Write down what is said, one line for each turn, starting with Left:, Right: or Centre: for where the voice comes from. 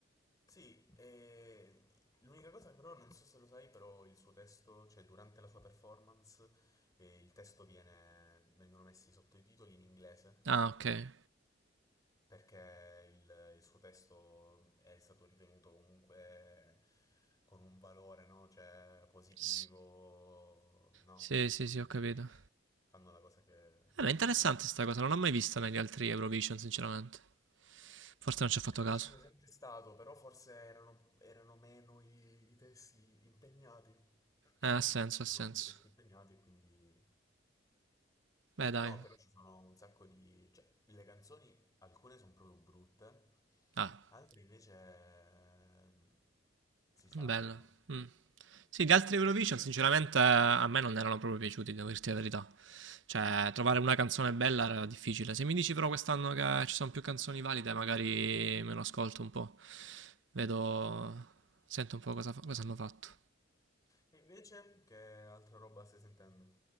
Left: Sì, e l'unica cosa però, non so se lo sai, però il suo testo, cioè durante la sua performance, eh, il testo viene, vengono messi sotto i titoli in inglese,
Right: Ah, okay.
Left: perché il, il suo testo è stato ritenuto comunque con un valore, no? Cioè positivo,
Right: S
Left: no?
Right: sì, sì,
Left: Quindi
Right: sì, ho capito.
Left: fanno la cosa che mettono
Right: Eh, ma è interessante
Left: i...
Right: 'sta cosa, non l'ho mai vista negli altri Eurovision sinceramente. Forse non ci ho
Left: Credo
Right: fatto caso.
Left: ci sia sempre stato, però forse erano, erano meno i, i testi impegnati. <clears throat>
Right: Eh, ha senso, ha
Left: Erano
Right: senso.
Left: meno i testi impegnati, quindi...
Right: Beh, dai.
Left: No, però ci sono un sacco di... Cioè, le canzoni, alcune sono proprio brutte,
Right: Ah,
Left: altre invece ehm, si salvano.
Right: bello. Mh. Sì, gli altri Eurovision sinceramente a me non erano proprio piaciuti, devo dirti la verità. Cioè, trovare una canzone bella era difficile. Se mi dici però quest'anno che ci sono più canzoni valide, magari me lo ascolto un po'. Vedo,
Left: Sì.
Right: sento un po' cosa, fa- cosa hanno fatto.
Left: E invece, che altra roba stai sentendo?